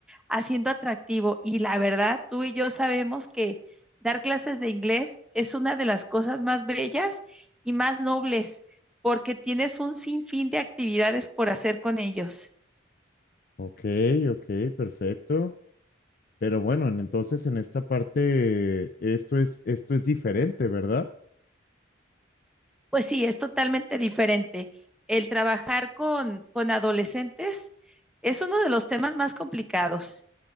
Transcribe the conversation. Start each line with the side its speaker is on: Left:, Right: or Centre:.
Centre: haciendo atractivo. Y la verdad, tú y yo sabemos que dar clases de inglés es una de las cosas más bellas y más nobles, porque tienes un sinfín de actividades por hacer con ellos.
Left: ok, ok, perfecto. Pero bueno, en- entonces en esta parte esto es, esto es diferente, ¿verdad?
Centre: Pues sí, es totalmente diferente. El trabajar con, con adolescentes es uno de los temas más complicados.